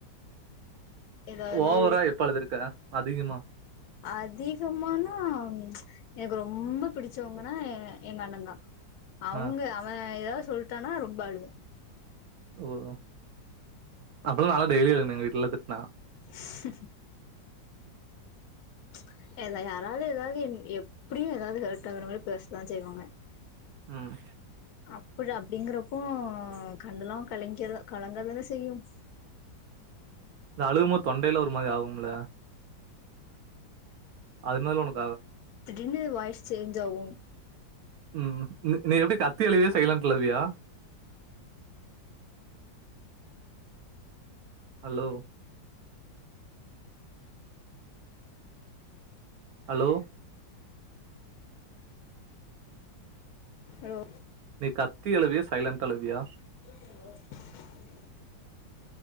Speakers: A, on the left; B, on the right.
A: ஏதாவது
B: ஓவரா எப்ப அழுதுருக்க அதிகமா.
A: அதிகமானா எனக்கு ம்ச் ரொம்ப பிடிச்சவங்கன்னா எங்க அண்ணந்தா. அவுங்க
B: ஆ
A: அவன் ஏதாவது. சொல்டானா ரொம்ப அழுவ.
B: ஓ ஓ அப்பல்லாம் நாலாம் டெய்லி அழுவனே வீட்ல திட்டுனா.
A: <unintelligible> ம்ச் எல்லா யாராலும் ஏதாவது எப்டியும் ஏதாவது ஹேர்ட் ஆகுற மாரி பேசதான் செய்வாங்க.
B: உம்.
A: அப்டு அப்டிங்கறப்போ கண்ணெலாம் கலங்கிற கலங்கதானே செய்யும்.
B: அழுமோது தொண்டையில ஒரு மாரி ஆகும்ல. அது மாரி உனக்.
A: திடீர்னு வாய்ஸ். சேஞ்சு ஆவும்
B: உம் நீ எப்புடி கத்தி அழுவியா சைலண்ட்ல அழுவியா ஹலோ ஹலோ
A: ஹலோ
B: நீ கத்தி அழுவியா சைலன்டா அழுவியா
A: <inaudible>